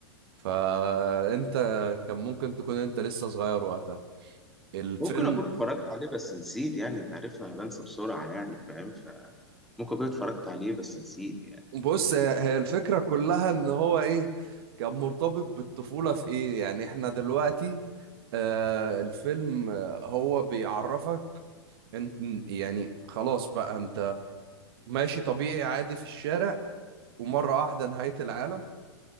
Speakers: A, on the right; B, in the centre.
A: فانت كان ممكن تكون انت لسه صغير وقتها الفيلم
B: ممكن اكون اتفرجت عليه بس نسيت يعني انت عارفني انا بنسى بسرعة يعني فاهم ف ممكن اكون اتفرجت عليه بس نسيت يعني
A: بص هي هي الفكرة كلها ان هو ايه كان مرتبط بالطفولة في ايه يعني احنا دلوقتي آه الفيلم آه، هو بيعرفك انت يعني خلاص بقى انت ماشي طبيعي عادي في الشارع ومرة واحدة نهاية العالم